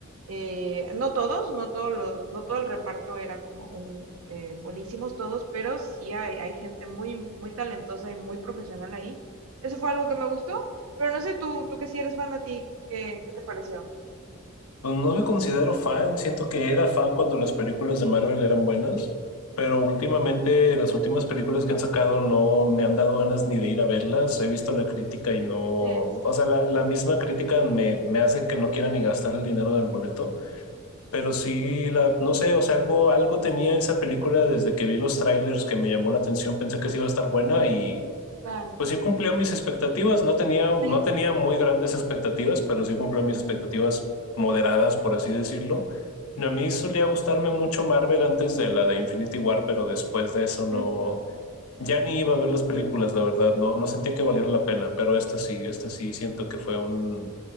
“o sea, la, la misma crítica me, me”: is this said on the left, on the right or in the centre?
Left